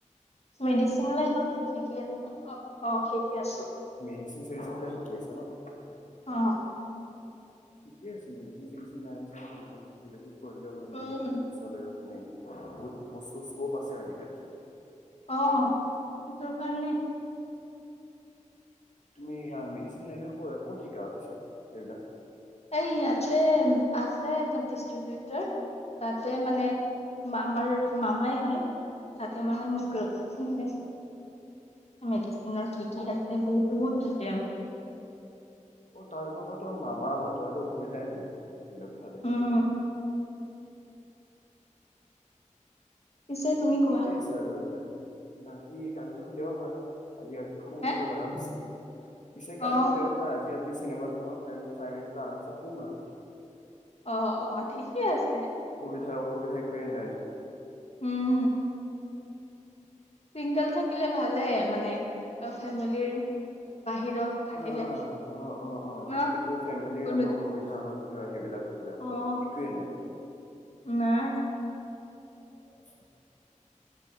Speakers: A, on the left; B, on the left.
A: মেডিচিন লাইনত শিকি অ' আছো।
B: ডিচ চচ শিকি আছে ন'?
A: অ'।
B: ঠিকে আছে মেডিচিন চেডিচিন <unintelligible> কৰিলেও হয়
A: উম
B: মেল পেলাই পিছলৈ তুমি বহুত, বহুত স্ক'প আছে আজিকালি।
A: অ', সটোৰ কাৰণে
B: তুমি মেডিচিন লাইনৰ ক'ত শিকা পিছে এইবিলাক।
A: এই ইয়াতে আছে এটা ডিষ্ট্ৰিবউটৰ তাতে মানে আমাৰ মামাই হয়। তাতে মানে মোক মানে মেডিচিনৰ কি কি আছে বহুত থাকে।
B: অ', তাৰপা মামা হয় তোমাৰটো অসুবিধাই নাই সেইবিলাক। ভালে।
A: উম পিছে তুমি
B: এক
A: কোৱা
B: ঠিকেই আছে আৰু ৰ পাৰে। বাকী কামটো সুধিব পাৰ আজি ৰাতি শুম
A: হে
B: আৰু আৰামছে। পিছে কালিটো
A: অ
B: দেওঁবাৰ আজিটো এই চিনেম তিনেমা খ চাইটো আৰমছে শুম আৰু।
A: অ, অ, ঠিকেই আছে।
B: অসুবিধা একোৱে নাই আজি।
A: উম'। চিংগল থাকিলে ভালে মানে অ, ফেমিলিৰ বাহিৰত থাকিলে
B: অ অ অ অ অ
A: ন
B: একো ফেমিলি
A: কোনো
B: নহ অ কবি থ নাহে টো অসুবিধাএকোৱেই
A: অ',
B: নাই।
A: নাই
B: <inaudible>